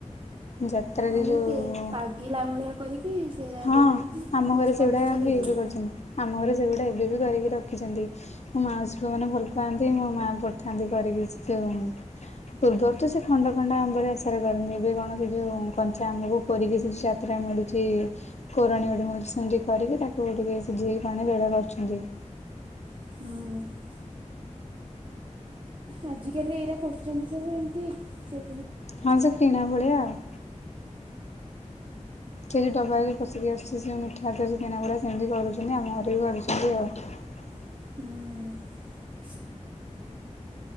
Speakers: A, on the left (about 60°); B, on the right (about 40°).
A: ଯାତ୍ରାରେ
B: ହଁ
A: ଯୋଉ
B: ତେ ପାଗିଲା ଭଳିଆ କରିକି। ସେଇଟା
A: ହଁ
B: ଦେଇ ଦେଇକି
A: ଆମ
B: ମସଲା
A: ଘରେ ସେଗୁଡା
B: ଫସଲା
A: ବି
B: ଦେଇଦବୁ
A: ଏବେ କରୁଛନ୍ତି ଆମ ଘରେ ସେଗୁଡା ଏବେ ବି କରିକି ର ଖି ମୋ ମାଉଶି ପୁଅ ମାନେ ଭଲ ପାଆନ୍ତି ମୋ ମା ପଠଥାନ୍ତି କରିକି ସେ ଯୋଉ ପୂର୍ବରୁ ତ ସେ ଖଣ୍ଡ ଖଣ୍ଡ ଆମ୍ବର ଆଚାରେ କରନ୍ତି ଏବେ କଣ ଯୋଉ କଞ୍ଚା ଆମକୁ କରିକି ସେ ଯୋ। <unintelligible> କୋରାଣୀ ଗୋଡି ସେ ମତି କରିକି ତାକୁ ଟିକେ ସିଝେଇକି ପାଣି ଉଡ଼ା କରୁଛନ୍ତି। <inaudible>
B: ଆଜିକାଲି ଆଜି କାଲି ଏଇରା କରୁ ଚନ୍ତି ସବୁ ଏମତି ସେ
A: ହଁ ସେ କିଣା ଭଳିଆଉ। ଉ ଡବାରେ ପସିକି ଆସୁଛି ଯେ ମିଠା ଆଦ କିଣା ଭଡା ସେମିତି କରୁଛନ୍ତି ଆମ ଘରେ ବି କରୁଛନ୍ତି ଆଉ।
B: ହୁଁ।